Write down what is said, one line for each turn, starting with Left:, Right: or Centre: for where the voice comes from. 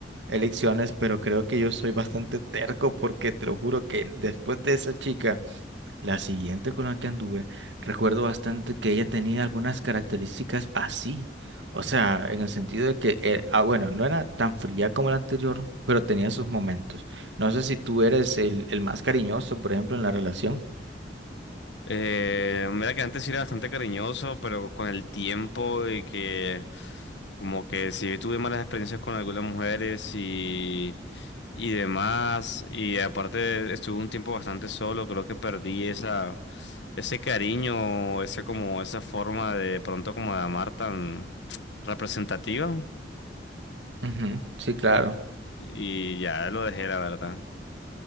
Right: elecciones, pero creo que yo soy bastante terco porque te lo juro que después de esa chica... La siguiente con la que anduve, recuerdo bastante que ella tenía algunas características así. O sea, en el sentido de que, eh, ah, bueno, no era tan fría como la anterior, pero tenía sus momentos. No sé si tú eres el, el más cariñoso, por ejemplo, en la relación.
Left: Eh, mira que antes sí era bastante cariñoso, pero con el tiempo de que como que sí tuve malas experiencias con algunas mujeres y, y demás, y aparte estuve un tiempo bastante solo, creo que perdí esa, ese cariño, ese como, esa forma de pronto como de amar tan representativa,
Right: Ujú, Sí, claro.
Left: y ya lo dejé, la verdad.